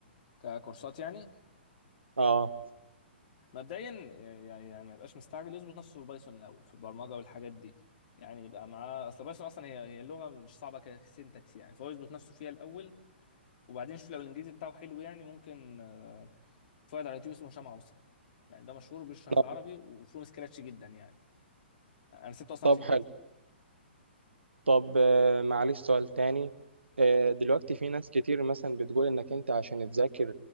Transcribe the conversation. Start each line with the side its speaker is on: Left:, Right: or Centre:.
Left: ككورسات يعني
Right: اه
Left: مبدئيا آه، يعني يعني ما يبقاش مستعجل يظبط نفسه في البايثون الاول في البرمجه والحاجات دي يعني يبقى معاه اصل بايثون اصلا هي هي اللغه مش صعبه كسنتكس يعني فهو يظبط نفسه فيها الاول وبعدين شوف لو الانجليزي بتاعه حلو يعني ممكن آه، في واحد على اليوتيوب اسمه هشام عوصم يعني ده مشهور بيشرح بالعربي
Right: آه،
Left: وفروم سكراتش جدا يعني انا سبته اصلا
Right: طب
Left: عشان
Right: حلو
Left: كده
Right: طب آه، معلش سؤال تاني آه، دلوقتي في ناس كتير مثلا بتقول انك انت عشان تذاكر